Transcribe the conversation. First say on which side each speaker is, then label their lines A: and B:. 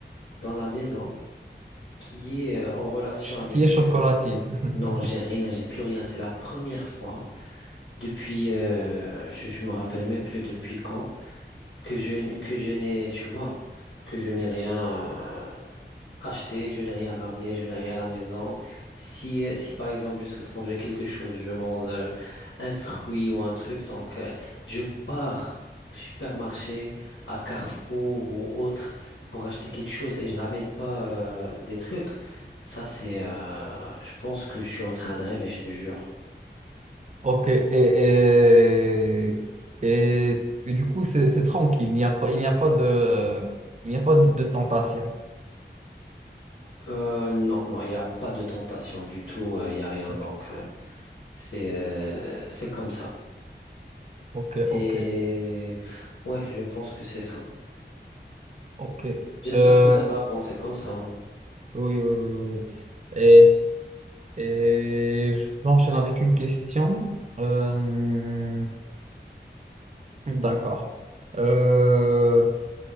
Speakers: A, on the left; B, on the right.
A: dans la maison qui est euh, en relation
B: Ch-
A: avec
B: qui est chocolatier?
A: euh,
B: <laughs>
A: Non, j'ai rien, j'ai plus rien. C'est la première fois depuis, euh, je, je me rappelle même plus depuis quand, que je, n- que je n'ai, tu vois, que je n'ai rien euh, acheté, je n'ai rien ramené, je n'ai rien à la maison. Si, euh, si par exemple je souhaite manger quelque chose, je mange euh, un fruit ou un truc, donc euh, je pars au supermarché, à Carrefour ou autre pour acheter quelque chose et je ramène pas euh, des trucs. Ça, c'est, euh, je pense que je suis en train de rêver, je te jure.
B: Ok. Et, et, et, et du coup, c'est c'est tranquille. Il n'y a pas, il n'y a pas de, il n'y a pas de, de tentation.
A: Euh, non, non, il n'y a pas de tentation du tout, euh, il n'y a rien
B: Ok,
A: donc. euh, C'est euh, c'est comme ça.
B: ok,
A: Et
B: ok.
A: ouais, je pense que c'est ça.
B: ok.
A: J'espère
B: Euh,
A: que ça va avancer comme ça. hein.
B: Oui, oui, oui, oui. oui. Et, et j'enchaîne avec une question. Euh, d'accord. Euh,